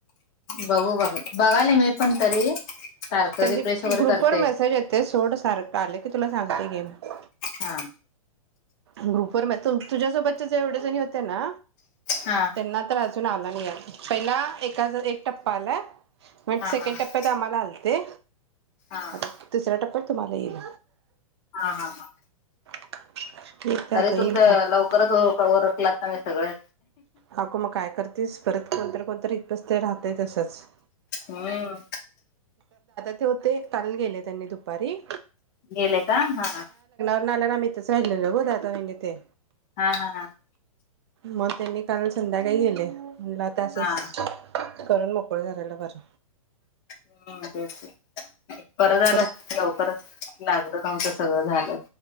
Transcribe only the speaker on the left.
बघू बघा बघाल मी पण तरी सारखं
रिफ्रेश वगैरे
करते
हा
हा
हा हा
हा
हा
हा हा हा
अरे
तुमच
लवकरच उर उरकलात. आम्ही सगळे
हम्म
गेले का हा हा
हा हा हा
हा
हम्म तेच ते बर झाल
लवकरच लागलं नाव त सगळं झालं.